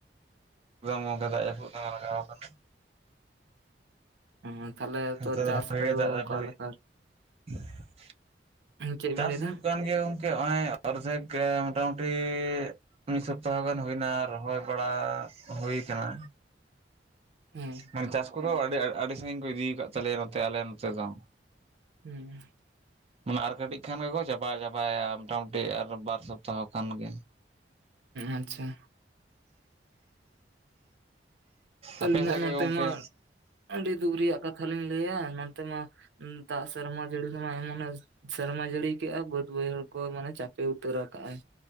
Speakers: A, on the right (about 35°); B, on the right (about 75°).
A: ᱮᱠᱫᱚᱢ ᱚᱝᱠᱟ ᱫᱟᱜ ᱡᱟᱹᱯᱩᱫ ᱫᱚᱢᱮ ᱞᱟᱜᱟᱣ ᱟᱠᱟᱱᱟ᱾
B: ᱚ ᱛᱟᱦᱞᱮ
A: ᱱᱚᱛᱮ
B: ᱛᱚ ᱪᱟᱥ
A: ᱫᱚ ᱵᱷᱟᱜᱮ
B: ᱠᱚᱫᱚ
A: ᱜᱮ ᱫᱟᱜ
B: ᱚᱠᱟᱞᱮᱠᱟᱨ?
A: ᱡᱟᱹᱯᱩᱫ <inaudible>
B: ᱪᱮᱫ
A: ᱪᱟᱥ
B: ᱵᱤᱱ ᱞᱟᱹᱭ ᱮᱫᱟ?
A: ᱦᱩᱭᱩᱜ ᱠᱟᱱ ᱜᱮᱭᱟ ᱜᱚᱝᱠᱮ ᱦᱚᱸᱚᱭ ᱚᱨᱫᱷᱮᱠ ᱢᱚᱴᱟᱢᱩᱴᱤ ᱢᱤᱫ ᱥᱚᱯᱛᱟᱦᱚ ᱛᱮᱢᱟ ᱵᱤᱱ ᱦᱩᱭᱱᱟ ᱨᱚᱦᱚᱭ ᱵᱟᱲᱟ ᱦᱩᱭ ᱠᱟᱱᱟ
B: ᱦᱮᱸ
A: ᱢᱟᱱᱮ ᱪᱟᱥ ᱠᱚᱫᱚ ᱟᱹᱰᱤ ᱟᱹᱰᱤ ᱥᱟᱺᱜᱤᱧ ᱠᱚ ᱤᱫᱤᱣᱠᱟᱜ ᱛᱟᱞᱮᱭᱟ ᱱᱚᱛᱮ ᱟᱞᱮ ᱱᱚᱛᱮ ᱫᱚ
B: ᱦᱩᱸ
A: ᱢᱟᱱᱮ ᱟᱨ ᱠᱟᱹᱴᱤᱡ ᱠᱷᱟᱱ ᱜᱮᱠᱚ ᱪᱟᱵᱟ ᱪᱟᱵᱟᱭᱟ ᱢᱚᱴᱟᱢᱩᱴᱤ ᱟᱨ ᱵᱟᱨ ᱥᱚᱯᱛᱟᱦᱚ ᱠᱷᱟᱱ ᱜᱮ
B: ᱟᱪᱪᱷᱟ ᱟᱹᱞᱤᱧᱟᱜ
A: ᱟᱯᱮ ᱥᱮᱫ ᱜᱮ
B: ᱱᱚᱛᱮ
A: ᱜᱚᱝᱠᱮ
B: ᱢᱟ ᱟᱹᱰᱤ ᱫᱩᱠ ᱨᱮᱭᱟᱜ ᱠᱟᱛᱷᱟ ᱞᱤᱧ ᱞᱟᱹᱭᱟ ᱱᱚᱱᱛᱮ ᱢᱟ ᱫᱟᱜ ᱥᱮᱨᱢᱟ ᱡᱟᱹᱲᱤ ᱫᱚᱢᱟ ᱮᱢᱚᱱᱮ ᱥᱮᱨᱢᱟ ᱡᱟᱹᱲᱤ ᱠᱮᱜᱟ ᱵᱟᱹᱫᱽ ᱵᱟᱹᱭᱦᱟᱹᱲ ᱠᱚ ᱢᱟᱱᱮ ᱪᱟ ᱯᱮ ᱩᱛᱟᱹᱨᱟ ᱟᱠᱟᱜ ᱟᱭ